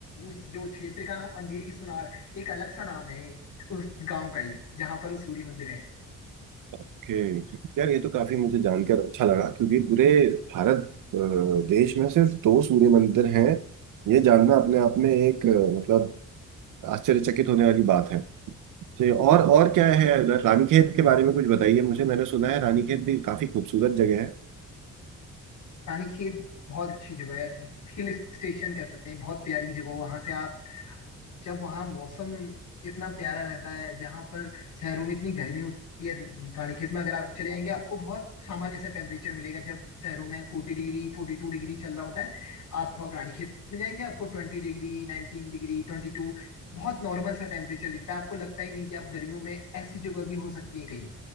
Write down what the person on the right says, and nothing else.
ओके यार ये तो काफी मुझे जानकर अच्छा लगा क्योंकि पूरे भारत अ, देश में सिर्फ दो सूर्य मंदिर हैं ये जानना अपने आप में एक अ, मतलब आश्चर्यचकित होने वाली बात है तो ये और और क्या है इधर रानीखेत के बारे में कुछ बताइए मुझे मैंने सुना है रानीखेत भी काफी खूबसूरत जगह है